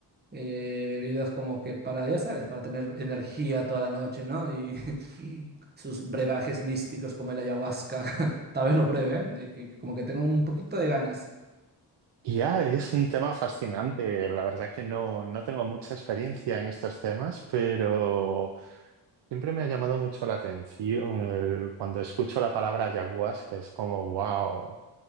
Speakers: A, on the right; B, on the right.
A: eh, bebidas como que para, ya sabes, para tener energía toda la noche, ¿no? Y <laughs> sus brebajes místicos como el ayahuasca. <laughs> Tal vez lo pruebe, ¿eh? De que como que tengo un poquito de ganas.
B: Ya, es un tema fascinante. La verdad que no, no tengo mucha experiencia en estos temas, pero siempre me ha llamado mucho la atención el- cuando escucho la palabra ayahuasca. Es como, wow,